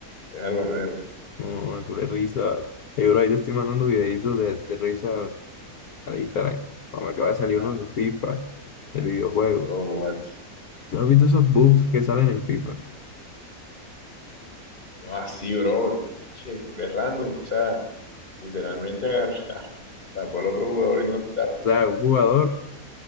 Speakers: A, on the left (about 30°); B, on the left (about 75°).
A: es el barbero.
B: No, culé risa. vale. Ey, bro, ahí te estoy mandando videitos de, de risa al, al Instagram. Ah, Me acaba de salir
A: Ah,
B: uno de FIFA, del videojuego.
A: qué bro, what?
B: ¿Tú no has visto esos bugs que salen en FIFA? O
A: No, así, bro. Che, culé random. O sea, literalmente agarrar, <laughs> tapó al otro jugador y no lo pitaron.
B: sea, un jugador,